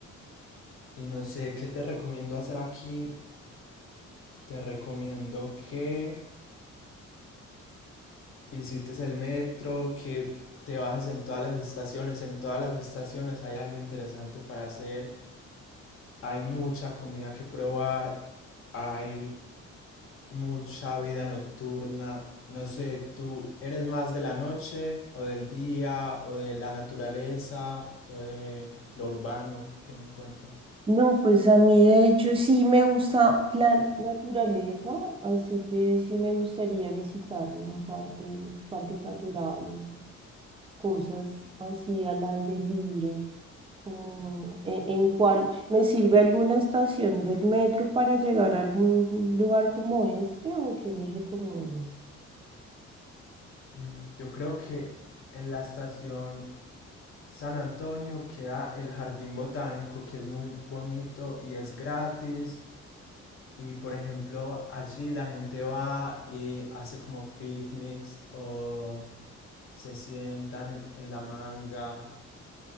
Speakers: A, on the left; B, on the right.
A: y no sé, ¿qué te recomiendo hacer aquí Te recomiendo que visites el metro, que te bajes en todas las estaciones. En todas las estaciones hay algo interesante para hacer. Hay mucha comida que probar. Hay mucha vida nocturna. No sé, ¿tú eres más de la noche o del día o de la naturaleza o de lo urbano? ¿Qué me cuentas?
B: No, pues a mí de hecho sí me gusta plan naturaleza, así que sí me gustaría visitar un par de parques naturales, cosas así al aire libre, como e- en, cuál me sirve alguna estación del metro para llegar a algún lugar como este o qué me recomiendas.
A: Mm, Yo creo que en la estación San Antonio queda el jardín botánico que es muy bonito y es gratis. Y por ejemplo, allí la gente va y hace como picnics o se sientan en, en la manga